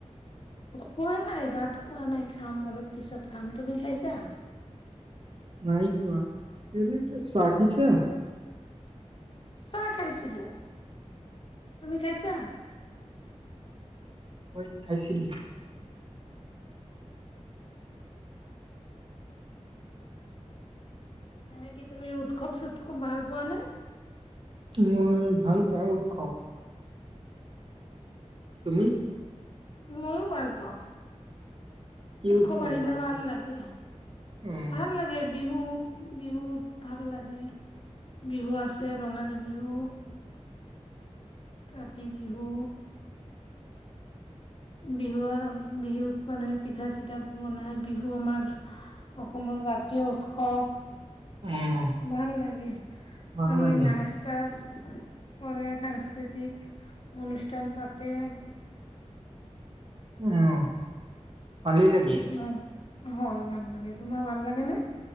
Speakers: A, on the left; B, on the right.
A: খোৱা নাই ভাত খোৱা নাই খাম অলপ পিছত খাম তুমি খাইছা
B: নাই খোৱা তে ৰাখিছা
A: চাহ খাইছিলো তুমি খাইছা
B: ম খাইছিল
A: এনে কি তুমি উৎসৱ চৎসৱ ভাল পোৱা নে
B: মই ভাল পাওঁ উৎসৱ তুমি
A: উম ভালপাও
B: কি
A: উৎসব
B: উৎসৱ
A: আহিলে ভাল
B: পোৱা
A: লাগে
B: উম
A: ভাল লাগে বিহু বিহুত ভাল লাগে বিহু আছে ৰঙালী বিহু কাতি বিহু বিহু বিহুত মানে পিঠা চিঠা বনাই বিহু আমাৰ অসমৰ জাতীয় উৎসৱ
B: উম
A: ভাল লাগে
B: ভাল
A: আৰু
B: লাগে
A: নাচ তাচ কৰে সাংস্কৃতিক অনুষ্ঠান পাতে
B: আহ পালি নেকি
A: ভাল হয় ভাল লাগে তোমাৰ ভাল লাগে নে